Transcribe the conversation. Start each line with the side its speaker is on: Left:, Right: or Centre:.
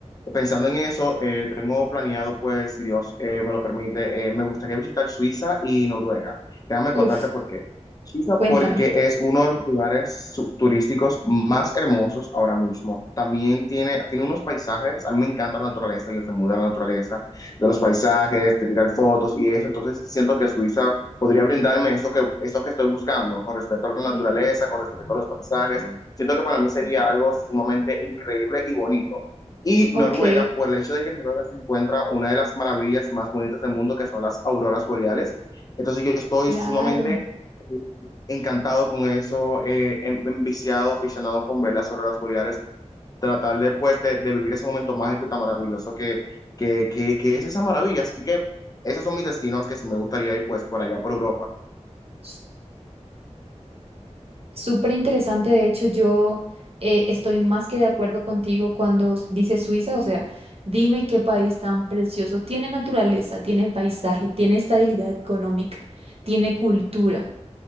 Left: Pensando en eso, eh, tengo planeado, pues, si Dios eh, me lo permite, eh, me gustaría visitar Suiza y Noruega. Déjame
Right: Uf,
Left: contarte por qué. Suiza
Right: cuéntame.
Left: porque es uno de los lugares su- turísticos más hermosos ahora mismo. También tiene, tiene unos paisajes, a mí me encanta la naturaleza, yo soy muy de la naturaleza, de los paisajes, de tirar fotos y eso. Entonces siento que Suiza podría brindarme eso que, eso que estoy buscando con respecto a la
Right: Ok,
Left: naturaleza, con respecto a los paisajes. Siento que para mí sería algo sumamente increíble y bonito. Y
Right: ok,
Left: Noruega, por el hecho de que en Noruega se encuentra una de las maravillas más bonitas del mundo, que son las auroras boreales. Entonces yo estoy
Right: claro.
Left: sumamente eh, encantado con eso, eh, en- enviciado, aficionado con ver las auroras boreales, tratar de, pues, de, de vivir ese momento mágico y tan maravilloso que, que, que, que es esa maravilla. Así que esos son mis destinos que sí me gustaría ir pues por allá por Europa.
Right: S- Súper interesante, de hecho, yo eh, estoy más que de acuerdo contigo cuando s- dices Suiza, o sea, dime qué país tan precioso. Tiene naturaleza, tiene paisaje, tiene estabilidad económica, tiene cultura.